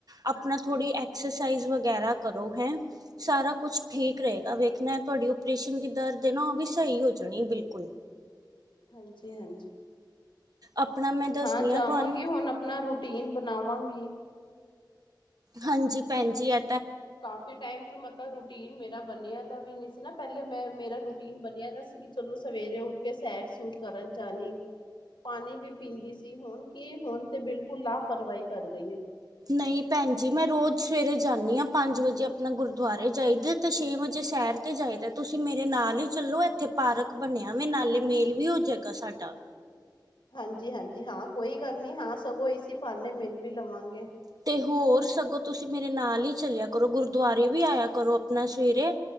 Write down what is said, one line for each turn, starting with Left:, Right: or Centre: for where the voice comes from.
Right: ਆਪਣਾ ਥੋੜੀ
Left: ਹਮ
Right: ਐਕਸਰਸਾਈਜ਼ ਵਗੈਰਾ ਕਰੋ ਹੈਂ। ਸਾਰਾ ਕੁਛ ਠੀਕ ਰਏਗਾ, ਵੇਖਨਾ ਤੁਆਡੀ ਓਪਰੇਸ਼ਨ ਦੀ ਦਰਦ ਏ ਨਾ ਓ ਵੀ ਸਈ ਹੋ ਜਾਣੀ ਏ ਬਿਲਕੁਲ।
Left: ਹਾਂਜੀ-ਹਾਂਜੀ।
Right: ਆਪਣਾ ਮੈਂ ਦੱਸਦੀ
Left: ਹਾਂ, ਜਾਵਾਂਗੀ
Right: ਤੁਹਾਨੂੰ
Left: ਹੋਨ ਅਪਨਾ ਰੂਟੀਨ ਬਨਾਵਾਂਗੀ।
Right: ਹਾਂਜੀ ਭੈਨ ਜੀ, ਐ
Left: ਕਾਫੀ ਟਾਈਮ ਤੋਂ ਮਤ ਲਬ ਰੂਟੀਨ ਮੇਰਾ ਬਨੇਆ ਦਾ ਵੀ ਨੀ ਸੀ ਨਾ, ਪੈਲੇ ਮੈਂ ਮੇਰਾ ਰੂਟੀਨ ਬਨੇਆ ਦਾ ਸੀ ਕਿ ਚਲੋ ਸਵੇਰੇ ਉੱਠ ਕੇ ਸੈਰ-ਸੂਰ ਕਰਨ ਜਾਨੀ। ਪਾਨੀ ਵੀ ਪੀਂਦੀ ਸੀ, ਹੋਨ ਕੀ ਹੋਨ ਤੇ ਬਿਲਕੁਲ ਲਾਪਰਵਾਈ ਕਾਰ ਗਈ ਆਂ।
Right: ਨਈ ਭੈਨ ਜੀ, ਮੈਂ ਰੋਜ ਸਵੇਰੇ ਜਾਂਨੀ ਆਂ ਪਾੰਜ ਵਜੇ ਅਪਨਾ ਗੁਰਦੁਆਰੇ ਜਾਈਦੇ ਤੇ ਸੇ਼ਂ ਵਜੇ ਸੈਰ ਤੇ ਜਾਈਦੈ ਤੁਸੀਂ ਮੇਰੇ ਨਾਲ ਈ ਚੱਲੋ, ਐਥੇ ਪਾਰਕ ਬਨੇਆ ਵੇ ਨਾਲੇ ਮੇਲ ਵੀ ਹੋ ਜੇਗਾ ਸਾਡਾ।
Left: ਹਾਂਜੀ-ਹਾਂਜੀ ਹਾਂ, ਕੋਈ ਗੱਲ ਨਈ ਹਾਂ ਸਗੋਂ ਇਸੀ ਭਾਨੇ ਮਿਲ ਵੀ ਲਵਾਂਗੇ
Right: ਤੇ ਹੋਰ, ਸਗੋਂ ਤੁਸੀਂ ਮੇਰੇ ਨਾਲ ਈ ਚੱਲੇਆ ਕਰੋ ਗੁਰਦੁਆਰੇ ਵੀ ਆਏਆ ਕਰੋ ਅਪਨਾ ਸਵੇਰੇ।